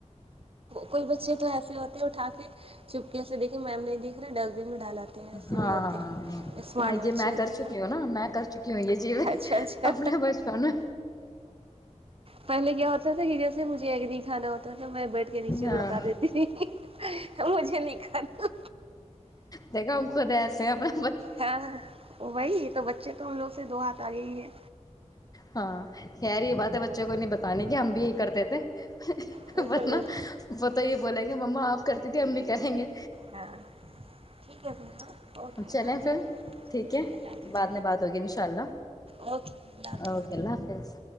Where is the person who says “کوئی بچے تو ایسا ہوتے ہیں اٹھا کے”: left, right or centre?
Right